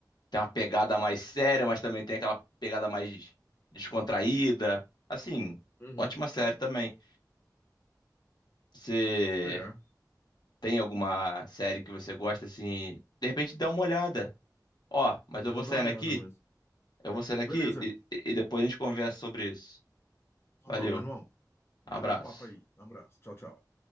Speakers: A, on the left; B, on the left.
A: Tem uma pegada mais séria, mas também tem aquela pegada mais des- descontraída. Assim,
B: uhum.
A: ótima série também. Você
B: É,
A: tem alguma série que você gosta, assim, de repente dá uma olhada. Ó, mas
B: vou
A: eu vou saindo
B: dar uma olhada
A: aqui,
B: mesmo.
A: eu vou saindo aqui
B: Beleza.
A: e, e e depois a gente conversa sobre isso.
B: Falou,
A: Valeu,
B: meu irmão. Valeu
A: abraço.
B: o papo aí. Um abraço. Tchau, tchau.